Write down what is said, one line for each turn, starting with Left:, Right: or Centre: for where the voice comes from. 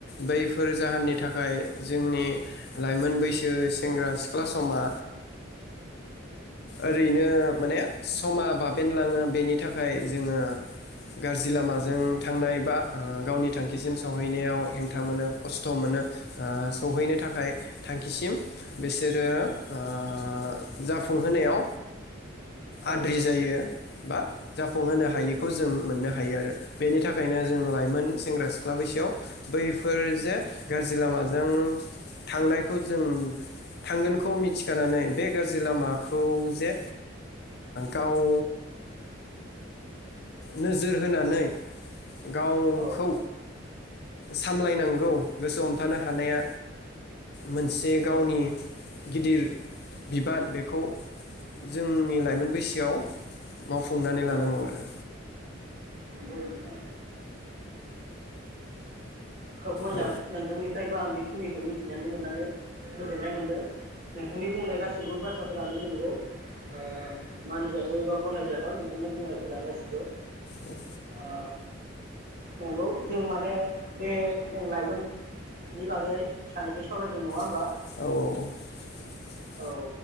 Left: बैफोर जाहोननि
Right: औ
Left: थाखाय जोंनि लाइमोन बैसो सेंग्रा सिख्ला समा ओरैनो माने समा बाबेन लांङो बेनि थाखाय जोंङो गाज्रि लामाजों थांनाय बा गावनि थांखिसिम सहैनायाव हेंथा खोथा मोनो खस्थ मोनो ओ सौहैनो थाखाय थांखिसिम बिसोरो ओ जाफुंहोनायाव
Right: औ
Left: आद्रि
Right: नंगौ
Left: जायो बा जाफुंहोनो
Right: औ नंगौ
Left: हायैखौ जों मोननो हायो आरो बेनि थाखायनो जों लाइमोन सेंग्रा सिख्ला बैसोआव बैफोर जे गाज्रि लामाजों थांनायखौ जों थांगोनखौ मिथिखानानै बे गाज्रि लामाखौ जे गाव नोजोर होनानै गावखौ
Right: औ
Left: सामलायनांगौ गोसो हमथानो हानाया मोनसे गावनि
Right: औ औ
Left: गिदिर बिबान बेखौ जोंनि
Right: औ
Left: लाइमोन बैसोआव मावफुंनानै लानांगौ
Right: औ
Left: आरो
Right: नंगौ नोंथां खोब मोजां
Left: औ
Right: नोंथांनिफ्रायबो आं बे खिनिखौ मिथिनानै मोननानै गोजोननाय मोन्दों नोंथांनि बुंनाय गासिबो बाथ्रा फोरानो नांगौ ओ मानिजाथाव एबा गनायजाथाव नोंथांनि बुंनायफोरा गासिबो
Left: औ
Right: ओ नंगौ जों माने बे जों लाइमोननि बागै सानैजों सावरायदों नंङा
Left: औ औ औ
Right: औ